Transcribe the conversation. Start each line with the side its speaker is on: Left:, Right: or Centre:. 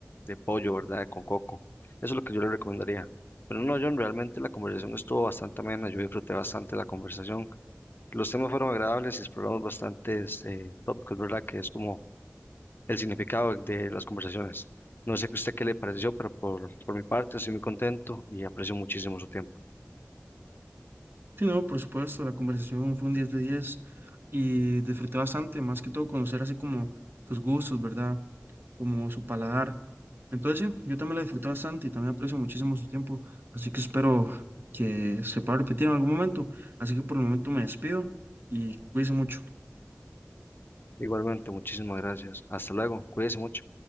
Left: de pollo, ¿verdad? Con coco. Eso es lo que yo le recomendaría. Pero no, John, realmente la conversación estuvo bastante amena, yo disfruté bastante la conversación. Los temas fueron agradables y exploramos bastantes eh, tópicos, ¿verdad? Que es como el significado de las conversaciones. No sé a usted qué le pareció, pero por, por mi parte estoy muy contento y aprecio muchísimo su tiempo.
Right: Sí, no, por supuesto, la conversación fue un 10 de 10 y disfruté bastante, más que todo conocer así como sus gustos, ¿verdad? Como su paladar. Entonces, sí, yo también la disfruté bastante y también aprecio muchísimo su tiempo, así que espero que se pueda repetir en algún momento. Así que por el momento me despido y cuídense mucho.
Left: Igualmente, muchísimas gracias. Hasta luego. Cuídese mucho.